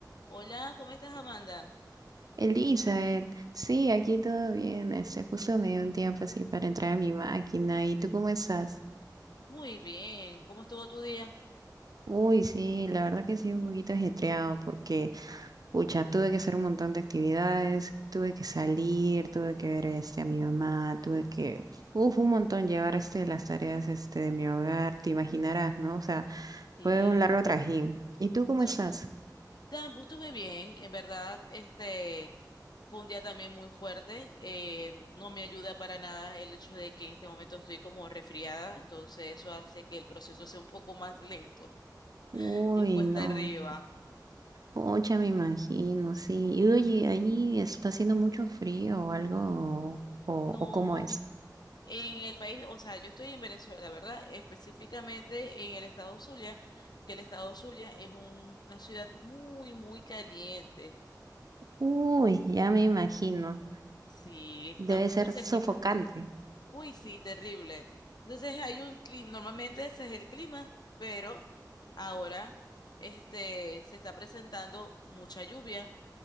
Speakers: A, on the left (about 70°); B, on the right (about 60°).
A: Hola, ¿cómo estás, Amanda?
B: Elizabeth, sí, aquí todo bien. Este, justo me dio un tiempo así para entrar a mi máquina. ¿Y tú cómo estás?
A: Muy bien, ¿cómo estuvo tu día?
B: Uy, sí, la verdad que sí, un poquito ajetreado porque, pucha, tuve que hacer un montón de actividades, tuve que salir, tuve que ver este, a mi mamá, tuve que, uf, un montón llevar este, las tareas este, de mi hogar, te imaginarás, ¿no? O sea,
A: Sí,
B: fue un largo trajín. ¿Y tú cómo
A: so,
B: estás?
A: tam- estuve bien, en verdad, este fue un día también muy fuerte, eh, no me ayuda para nada el hecho de que en este momento estoy como resfriada, entonces eso hace que el proceso sea un poco más lento
B: Uy,
A: y cuesta
B: no.
A: arriba.
B: Pucha, me imagino, sí. Y oye, ahí está haciendo mucho frío o algo, o,
A: No,
B: o cómo es.
A: en el país, o sea, yo estoy en Venezuela, ¿verdad? Específicamente en el estado Zulia, que el estado Zulia es un- una ciudad muy, muy caliente.
B: Uy, ya me imagino.
A: Sí, estamos
B: Debe ser
A: muy cerquita.
B: sofocante.
A: Uy, sí, terrible. Entonces hay un clima, normalmente ese es el clima, pero ahora este se está presentando mucha lluvia,